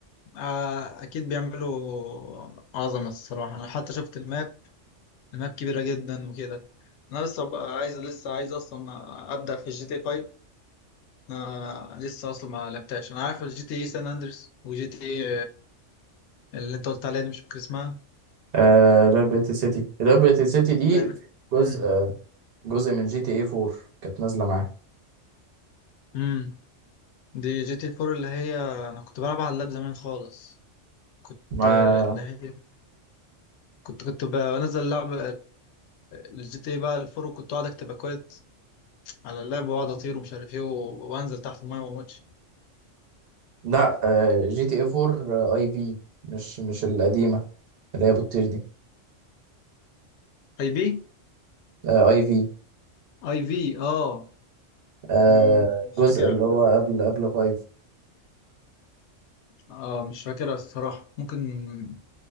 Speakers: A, on the left (about 70°); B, on the right (about 55°).
A: آه، اكيد بيعملوا عظمه الصراحه انا حتى شفت الماب الماب كبيره جدا وكده انا لسه بقى عايز لسه عايز اصلا ابدا في الجي تي 5 آه لسه اصلا ما لعبتهاش انا عارف الجي تي سان اندريس وجي تي اللي انت قلت عليها دي مش فاكر اسمها
B: آه ليبرتي سيتي ليبرتي سيتي دي
A: لا
B: جزء
A: امم
B: آه، جزء من جي تي اي 4 كانت نازله معاها
A: امم دي جي تي 4 اللي هي انا كنت بلعب على اللاب زمان خالص كنت
B: ما
A: آه، اللي هي كنت كنت بنزل اللعب الجي تي بقى الفور وكنت اقعد اكتب اكواد على اللاب واقعد اطير ومش عارف ايه و- وانزل تحت المايه وما اموتش
B: لا آه، جي تي اي 4 اي في مش مش القديمه اللي هي بتطير دي
A: اي بي
B: آه، اي في
A: اي في اه
B: آه،
A: مم، مش
B: جزء
A: فاكرها
B: اللي هو قبل قبل 5
A: اه مش فاكرها الصراحة ممكن